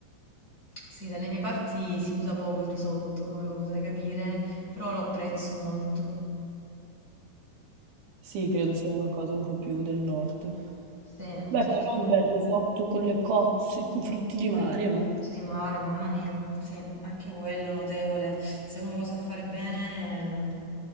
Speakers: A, on the left (about 20°); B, on the right (about 90°).
A: Sì, dalle mie parti si usa poco il risotto, come potrai capire, però lo apprezzo molto.
B: Sì, credo sia una cosa un po' più del nord.
A: Sì,
B: Beh,
A: decisamente.
B: però un bel risotto con le cozze, con frutti di mare, no?
A: Frutti di mare, mamma mia. Sì, anche quello notevole. Se uno lo sa fare bene, eh,